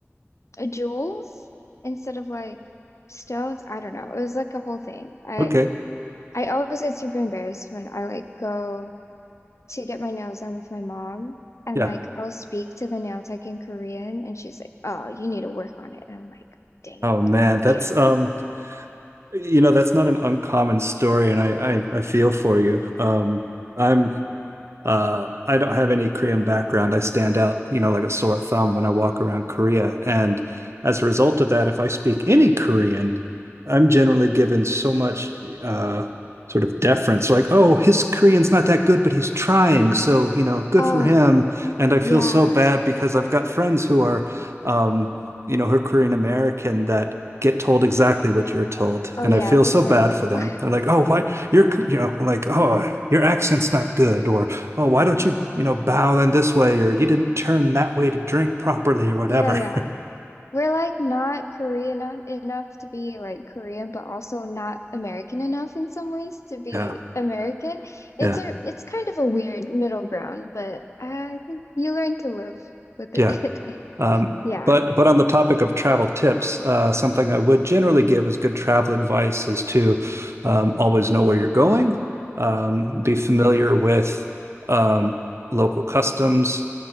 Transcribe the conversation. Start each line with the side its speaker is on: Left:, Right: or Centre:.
Left: uh, jewels instead of like stones. I don't know. It was like a whole thing. I
Right: Okay.
Left: I always get super embarrassed when I like go to get my nails done with my mom. And
Right: Yeah.
Left: like I'll speak to the nail tech in Korean and she's like, "Oh, you need to work on it." And I'm like, "Dang
Right: Oh
Left: it.
Right: man, that's
Left: Okay.
Right: um, you know, that's not an uncommon story, and I I, I feel for you. Um, I'm Uh, I don't have any Korean background. I stand out, you know, like a sore thumb when I walk around Korea. And as a result of that, if I speak any Korean, I'm generally given so much uh, sort of deference, like, oh, his Korean's not that good, but he's trying. So, you know, good
Left: Oh,
Right: for him. And I
Left: yeah.
Right: feel so bad because I've got friends who are, um, you know, who are Korean American that get told exactly what you're told.
Left: Oh
Right: And
Left: yeah,
Right: I feel
Left: we're
Right: so
Left: terrible."
Right: bad for them.
Left: <laughs>
Right: They're like, oh, why? You're, you know, like, oh, your accent's not good, or oh, why don't you, you know, bow in this way or you didn't turn that way to drink properly or whatever.
Left: Yeah, yeah.
Right: <laughs>
Left: We're like not Korean en- enough to be like Korean, but also not American enough in some ways to be
Right: Yeah,
Left: American.
Right: yeah,
Left: It's a it's kind of a weird middle ground, but I think you learn to live with it.
Right: yeah.
Left: <laughs>
Right: Um,
Left: Yeah.
Right: but but on the topic of travel tips, uh, something I would generally give as good travel advice is to um, always know where you're going, um, be familiar
Left: Mhm.
Right: with um, local customs,